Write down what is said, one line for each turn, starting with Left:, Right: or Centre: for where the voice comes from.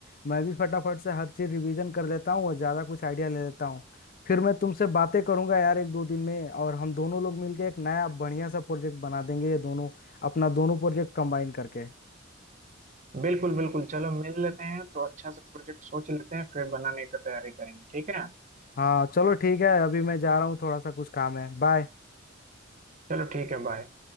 Left: मैं भी फटाफट से हर चीज रिवीजन कर लेता हूँ और ज्यादा कुछ आइडिया ले लेता हूँ फिर मैं तुमसे बातें करूंगा यार एक दो दिन में और हम दोनों लोग मिलके एक नया बढ़िया सा प्रोजेक्ट बना देंगे ये दोनों अपना दोनों प्रोजेक्ट कंबाइन करके
Right: बिल्कुल बिल्कुल चलो मिल लेते हैं तो अच्छा सा प्रोजेक्ट सोच लेते हैं फिर बनाने की तैयारी करेंगे ठीक है
Left: हाँ चलो ठीक है अभी मैं जा रहा हूँ थोड़ा सा कुछ काम है बाय
Right: चलो ठीक है बाय